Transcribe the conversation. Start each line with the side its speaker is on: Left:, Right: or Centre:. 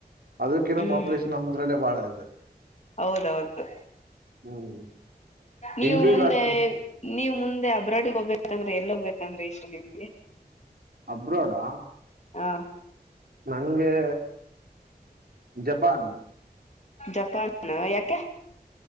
Right: ಅದಕ್ಕೇಏ
Left: ಹ್ಮ್
Right: ಪಾಪುಲೇಷನ್ ನಮದ್ರಲ್ಲೇ ಬಾಳ ಇದೆ
Left: ಹೌದೌದು
Right: ಹ್ಮ್
Left: ನೀವು
Right: ಇಂಕ್ರೀಸ್
Left: ಮುಂದೆ
Right: ಆಗ್ತದೆ
Left: ನೀವ್ ಮುಂದೆ ಅಬ್ರಾಡಿಗೆ ಹೋಗ್ಬೇಕಂದ್ರೆ ಎಲ್ಲಿ ಹೋಗ್ಬೇಕಂದ್ರೆ ಇಷ್ಟ ನಿಮ್ಗೆ
Right: ಅಬ್ರೋಡಾ
Left: ಹಾ
Right: ನಂಗೆ ಜಪಾನ್
Left: ಜಪನ್ ಯಾಕ